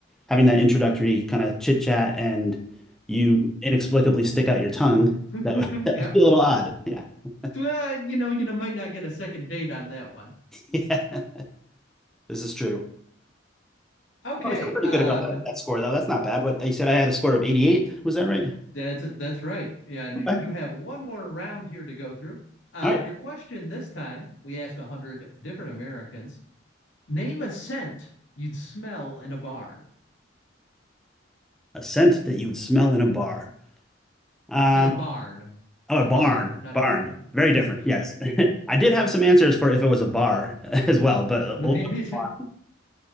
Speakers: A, in the centre; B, on the left.
A: having that introductory kind of chit chat and you inexplicably stick out your tongue,
B: Mm-hmm. Mm-hmm.
A: that would, <laughs> that
B: <laughs> yep.
A: would be a little odd. Yeah. <laughs>
B: Well, you know, you know, might not get a second date on that one.
A: Yeah. This is true.
B: Okay.
A: Well, I feel pretty
B: Um,
A: good about that, that score, though. That's not bad. What you said, I had a score of 88. Was that right?
B: that's that's right. Yeah, and
A: Okay.
B: you have one more round here to go through. Uh,
A: All right.
B: your question this time, we asked 100 different Americans, name a scent you'd smell in a barn.
A: A scent that you would smell in a bar. Um,
B: in a barn,
A: oh, a
B: a
A: barn.
B: barn, not
A: Barn.
B: a barn.
A: Very
B: Yes.
A: different. Yes. <laughs> I did have some answers for if it was a bar <laughs> as well, but
B: <laughs>
A: uh,
B: the
A: we'll go with